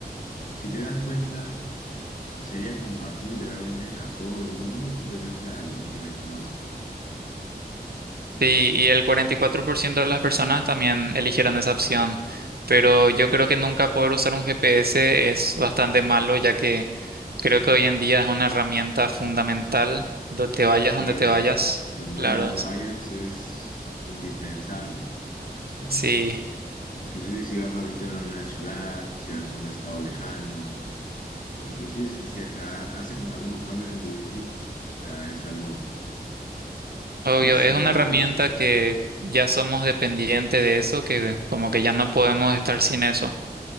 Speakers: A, on the left; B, on the right.
A: si te das cuenta, sería compartir literalmente a todo el mundo o simplemente a los que me conocen.
B: sí, y el 44% de las personas también eligieron esa opción. Pero yo creo que nunca poder usar un GPS es bastante malo, ya que creo que hoy en día es una herramienta fundamental, donde te vayas,
A: Claro,
B: donde te vayas.
A: donde
B: Claro,
A: vayas, donde vayas es indispensable. O sea,
B: sí,
A: inclusive si vas a visitar a una ciudad, si vas a un estado lejano, inclusive si, si ha- hacen algunos cambios en tu distrito. O sea, es algo
B: obvio,
A: demasiado
B: es una
A: útil,
B: herramienta
A: diría yo.
B: que ya somos dependientes de eso, que como que ya no podemos estar sin eso.